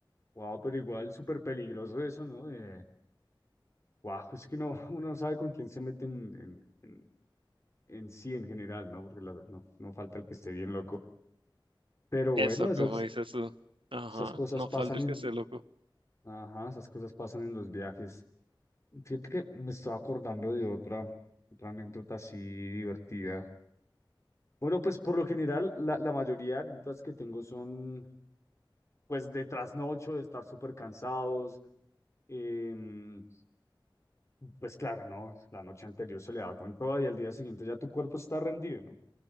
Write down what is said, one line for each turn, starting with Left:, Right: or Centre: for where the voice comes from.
Left: wow, pero igual súper peligroso eso, ¿no? Eh, Wow, es que no <laughs> uno no sabe con quién se mete en, en, en, en sí en general, ¿no? Porque la- no, no falta el que esté bien loco. Pero
Right: Eso,
Left: bueno, esas,
Right: como dices tú. Ajá,
Left: esas cosas
Right: no
Left: pasan
Right: falta el
Left: en,
Right: que esté loco.
Left: ajá, esas cosas pasan en los viajes. Fíjate que me estaba acordando de otra, otra anécdota así divertida. Bueno, pues por lo general, la, la mayoría de anécdotas que tengo son, pues, de trasnocho, de estar súper cansados. em, pues claro, ¿no? La noche anterior se le da con todo y al día siguiente ya tu cuerpo está rendido, ¿no?